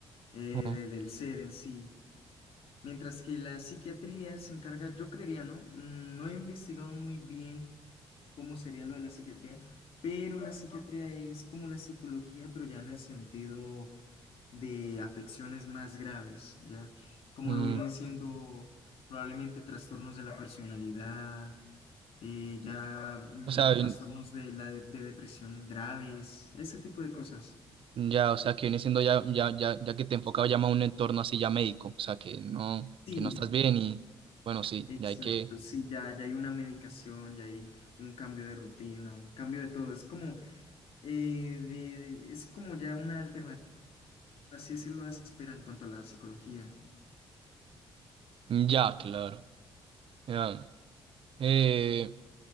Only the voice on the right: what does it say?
Ajá.
Mm,
o sea,
Ya, o sea, que viene siendo ya, ya, ya, ya que te enfocaba ya más a un entorno así ya médico, o sea, que no,
que no estás bien y bueno, sí,
ya hay que,
ya, claro, ya. Eh,